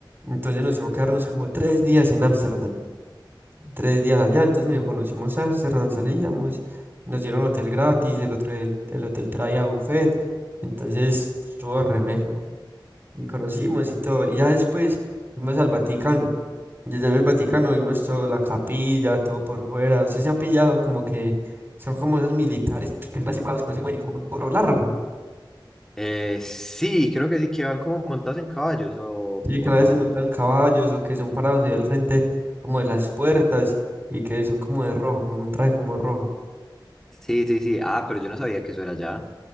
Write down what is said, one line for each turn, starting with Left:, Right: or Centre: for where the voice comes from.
Right: Entonces nos tocó quedarnos como tres días en Ámsterdam tres días allá, entonces medio conocimos Ámsterdam, salíamos, nos dieron hotel gratis, el otro el, el hotel traía buffet, entonces estuvo remelo, y conocimos y todo, y ya después fuimos al Vaticano, desde el Vaticano vimos toda la capilla, todo por fuera, usted se ha pillado como que son como esos militares que son así parados, que no se mueven y como con un gorro largo,
Centre: Eh, sí, creo que sí, que van como montados en caballos o,
Right: y
Centre: o
Right: que a veces
Centre: no.
Right: montan caballos o que son parados ahí al frente como de las puertas y que son como de rojo, con un traje como rojo.
Centre: Sí, sí, sí. Ah, pero yo no sabía que eso era allá.